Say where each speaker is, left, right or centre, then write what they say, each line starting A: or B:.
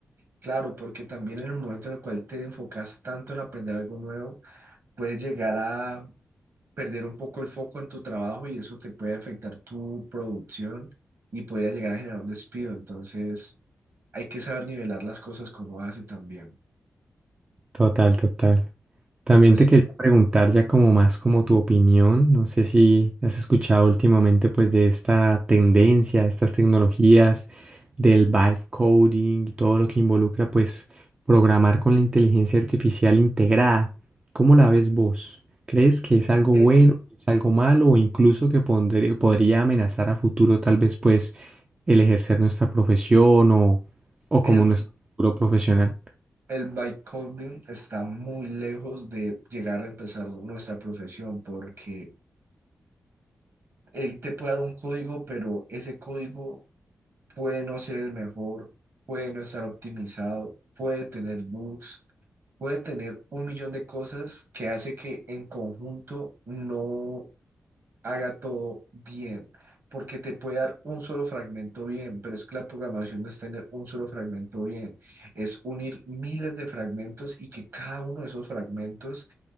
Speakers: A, on the right; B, on the right.
A: Claro, porque también en el momento en el cual te enfocas tanto en aprender algo nuevo, puedes llegar a perder un poco el foco en tu trabajo y eso te puede afectar tu producción y podría llegar a generar un despido. Entonces, hay que saber nivelar las cosas que uno hace también.
B: Total, total. También
A: Pero sí,
B: te quería preguntar ya como más como tu opinión, no sé si has escuchado últimamente pues de esta tendencia, estas tecnologías del vibe coding y todo lo que involucra pues programar con la inteligencia artificial integrada. ¿Cómo la ves vos? ¿Crees que es algo
A: eh,
B: bueno, es algo malo o incluso que pondré- podría amenazar a futuro tal vez pues el ejercer nuestra profesión o, o
A: el,
B: como nuestro futuro profesional?
A: El vibe está muy lejos de llegar a empezar nuestra profesión porque él te puede dar un código, pero ese código puede no ser el mejor, puede no estar optimizado, puede tener bugs, puede tener un millón de cosas que hace que en conjunto no haga todo bien, porque te puede dar un solo fragmento bien, pero es que la programación no es tener un solo fragmento bien, es unir miles de fragmentos y que cada uno de esos fragmentos